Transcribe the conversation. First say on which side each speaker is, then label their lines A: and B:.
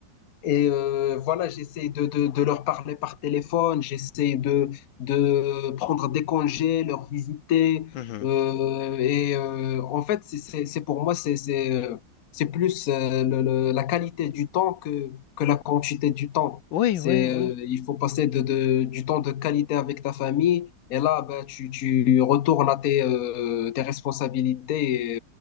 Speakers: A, on the left (about 55°); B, on the left (about 85°).
A: Et euh, voilà, j'essaie de, de, de leur parler par téléphone, j'essaie de, de prendre des congés, leur visiter.
B: Mhm.
A: euh, et euh, en fait, c'est c'est- c'est pour moi, c'est c'est, euh, c'est plus euh, le- le- la qualité du temps que, que la quantité du temps.
B: Oui,
A: C'est,
B: oui, oui,
A: euh, il faut passer de, de, du temps de qualité avec ta famille. Et là, ben, tu, tu retournes à tes, euh, tes responsabilités et,